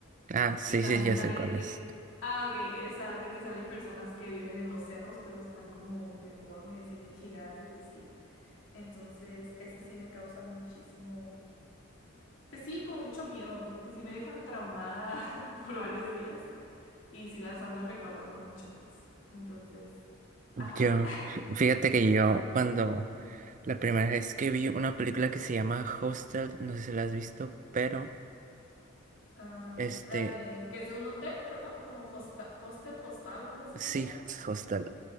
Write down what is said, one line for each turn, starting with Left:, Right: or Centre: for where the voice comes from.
Right: Ah, sí,
Left: Y también
Right: sí, ya
Left: sale,
Right: sé cuál
Left: es,
Right: es.
Left: ah, ok, esa de que sale personas que viven en los cerros, pero están como deformes y bien gigantes y así. Entonces, esas sí me causan muchísimo, pues sí, como mucho miedo, como que sí me dejan traumada <laughs> por varios días y sí las ando recordando mucho, pues. Entonces,
Right: Yo,
Left: ajá.
Right: fíjate que yo cuando la primera vez que vi una película que se llama Hostel, no sé si la has visto, pero...
Left: Ah,
Right: Este,
Left: la de, que es de un hotel, perdón, como hosta- hostel, hostal, algo así
Right: Sí,
Left: se llama.
Right: Hostal.